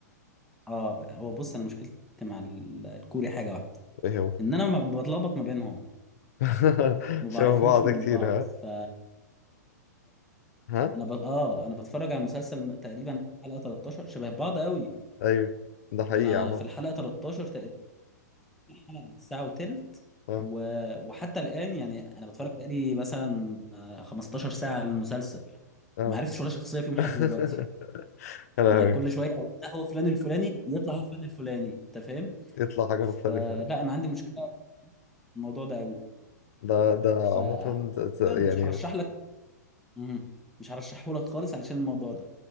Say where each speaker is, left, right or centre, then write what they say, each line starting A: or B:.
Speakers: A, in the centre; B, on the left.
A: اه هو بص انا مشكلتي مع ال- الكوري حاجة واحدة
B: ايه هو
A: ان انا ما بتلخبط ما بينهم
B: <laughs>
A: ما
B: شبه
A: بعرفهمش
B: بعض
A: من
B: كتير
A: بعض
B: ها
A: ف
B: ها
A: انا ب... اه انا بتفرج على المسلسل م- تقريبا حلقة 13 شبه بعض قوي
B: ايوه ده حقيقي
A: انا
B: يا عم
A: في الحلقة 13 تقريبا حلقة ساعة وتلت
B: اه
A: و... وحتى الآن يعني انا بتفرج بقالي مثلا آه، 15 ساعة على المسلسل
B: اه
A: ما عرفتش ولا شخصية فيهم حد
B: <laughs>
A: دلوقتي
B: يا لهوي
A: انا كل شوية أقول ده هو فلان الفلاني يطلع هو فلان الفلاني انت فاهم
B: يطلع حاجة مختلفة
A: فلا انا عندي مشكلة في الموضوع ده قوي
B: ده ده
A: ف
B: عامة ده- ده
A: كده مش
B: يعني
A: هرشح لك مهم. مش هرشحه لك خالص علشان الموضوع ده